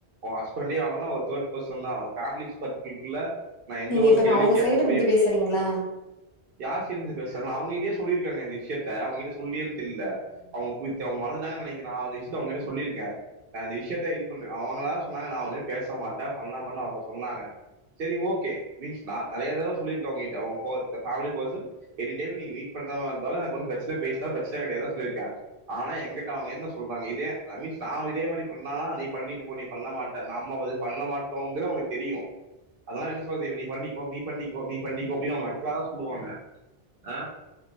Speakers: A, on the right; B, on the left.
A: உன் ஹஸ்பண்டே ஆனாலு அவ தேர்ட் பர்சன்தா ஃபேமிலி ஸ்பர்க்ள்குள்ள நா எந்த
B: நீங்க
A: ஒரு
B: இப்ப
A: கேள்வி
B: நா அவங்க
A: கேக்க
B: சைடு
A: முடியு
B: இருந்து பேசுறீங்களா
A: யார் சைடு இருந்து பேசறனோ அவுங்கிட்டயே சொல்லியிருக்காங்க இந்த விஷ்யத்த அவுங்கிட்ட சொல்லியல் தில்ல அவுங் போய்ருச்சு அவுங் மறந்துட்டாங்கனு நெனக்கிற நா அந்த விஷ்யத்த அவுங்ககிட்ட சொல்லிருக்கே நா அந்த விஷ்யத்த இது பண்ற அவுங்களா சொன்னாங் நா ஒன்னுமே பேசமாட்ட பண்ணமா அவுங்க சொன்னாங்க செரி ஒகே மீன்ஸ் நா நெறயா தடவ சொல்லிருக்க அவுங்ககிட்ட உன் கோவத்த ஃபேமிலி பர்சன் எனிடைம் நீங்க மீட் பண்ற மாரிருந்தாலு எனக்கு ஒன்னு பிரச்சன ஃபேஸ்தா பிரச் சன கெடயாது அதா சொல்லிருக்க ஆனா எங்கிட்ட அவுங்க என்ன சொல்றாங்க இதே ஐ மீன்ஸ் நா இதே மாரி பண்ணா நீ பண்ணீட்டுப் போ நீ பண்ண மாட்ட நம்மோ இது பண்ண மாட்டோங்ற அவுங்களுக் தெரியு அதனா என்ன சொல்து இப்ப நீ பண்ணீக்கோ நீ பண்ணீக்கோ நீ பண்ணீக்கோ அப்டினு அவுங்க நக்கலதா சொல்லுவாங்க அ